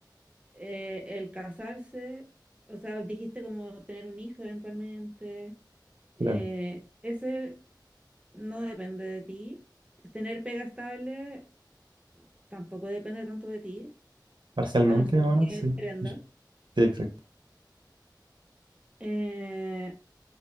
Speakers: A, on the right; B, on the right.
A: Eh, el casarse, o sea, dijiste como tener un hijo eventualmente. Eh,
B: Claro.
A: ese no depende de ti. Tener pega estable tampoco depende tanto de ti,
B: Parcialmente,
A: a no ser
B: más o menos,
A: que
B: sí.
A: emprenda.
B: Sí, exacto.
A: Eh,